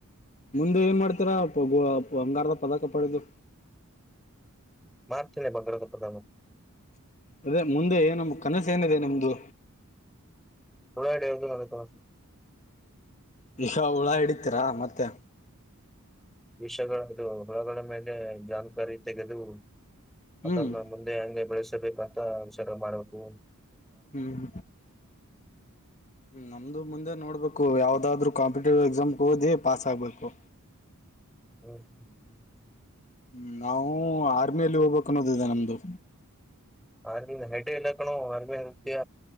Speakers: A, on the left (about 35°); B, in the centre.
A: ಮುಂದೆ ಏನ್ ಮಾಡ್ತೀರಾ ಬಂಗಾರದ ಪದಕ ಪಡೆದು
B: ಮಾರ್ಚ್ನೆ ಭಗ್್ರದು ಪ್ರಧಾನ
A: ಅದೇ ಮುಂದೆ ಏ ನಮ್ ಕನಸು ಏನಿದೆ ನಿಮ್ದು
B: ಹಡ ನನ್ನ ತಸ <unintelligible>
A: ನಿಶ ಹುಳ ಹಿಡಿತೀರಾ ಮತ್ತೆ
B: ವಿಷಯಗಳದು ಹೊಳಗಳ ಮೇಲೆ ಜನ್ಕಾರಿ ತೆಗೆದು
A: ಹ್ಮ್
B: ಅದನ್ನ ಮುಂದೆ ಹಂಗೆ ಬೆಳಸ ಬೇಕತ್ತ ವಿಷಾರ ಮಾಡ್ಬೇಕು
A: ಹ್ಮ್ ನಮ್ದು ಮುಂದೆ ನೋಡ್ಬೇಕು ಯಾವ್ದ ಅದಾದ್ರೂ ಕಾಂಪಿಟೇಟಿವ್ ಎಕ್ಸಾಮ್ಗೆ ಓದಿ ಪಾಾಸ ಆಾಗಬೇಕು
B: ಹ -ಹ್ಮ ಹ್ಮ ಹ್ಮ
A: ಹ್ಮ್ ನಾವು ಆರ್ಮಿಯಲ್ಲಿ ಹೋಗ್ಬೇಕಕ್ ಅನ್ನೋದಿದೆ ನಮ್ದು
B: ಆರ್ಮಿ ಹೆೇಟ ಇಲ್ಲಕ್ಕಣೋ ಆರ್ಮಿ ಅತ್ಯ